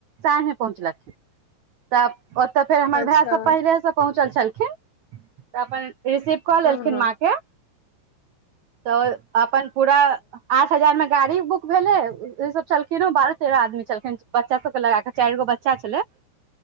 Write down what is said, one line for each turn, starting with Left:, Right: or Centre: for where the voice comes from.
Right: साँझ मे पहुँचलखिन तब ओतऽ फेर हमर
Left: अच्छा
Right: भैऽ सब पहिले से पहुँचल छल तऽ अपन रिसिप कॉलर
Left: हँ
Right: म
Left: हँ
Right: के तब अपन पूरा आठ हजार मे गाड़ी बुक भेले ई सब छलखिन बारह तेरह आदमी छलखिन बच्चा सबके लगााक चारि गो बच्चा छले